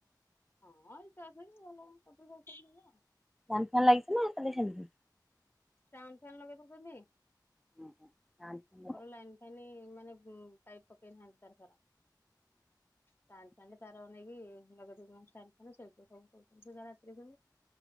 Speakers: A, on the left; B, in the centre.
A: ହଁ ଏଇ ଶୁଆ ସୁଇ ଭଲ <unintelligible>
B: ଫ୍ୟାନ୍ ଫ୍ୟାନ୍ ଲାଗିଚି ନା ଖାଲି ସେମିତି?
A: ଫ୍ୟାନ୍ ଫ୍ୟାନ୍ ଲଗେଇ <unintelligible>
B: <unintelligible>
A: ଉପର ଲାଇନ୍ ଫାଇନ୍ ମାନେ ମ୍ ପାଇପ୍ ପକେଇ ନାହାନ୍ତି ତାର ଫାର। ଷ୍ଟାଣ୍ଡ ଫ୍ୟାନ ତାର ନେଇକି ଲଗେଇ ଦଉଚୁ ଷ୍ଟାଣ୍ଡ ଫ୍ୟାନ୍ ସେଇଠି ତ ସବୁ ଶୋଉଚନ୍ତି ସୁଧା ରାତିରେ ସବୁ।